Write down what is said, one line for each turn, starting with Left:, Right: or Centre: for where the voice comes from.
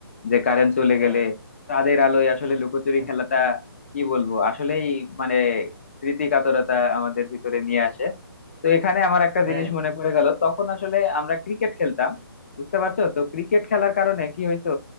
Left: যে কারেন্ট চলে
Right: হ্যাঁ
Left: গেলে তাদের আলোয় আসলে লুকোচুরি
Right: হ্যাঁ
Left: খেলাটা কি বলবো আসলেই মানে স্মৃতি কাতরতা আমাদের ভিতরে নিয়ে আসে তো এখানে আমার একটা
Right: হ্যাঁ
Left: জিনিস মনে পড়ে গেল তখন আসলে আমরা ক্রিকেট খেলতাম বুঝতে পারছো তো ক্রিকেট খেলার কারণে কি হইতো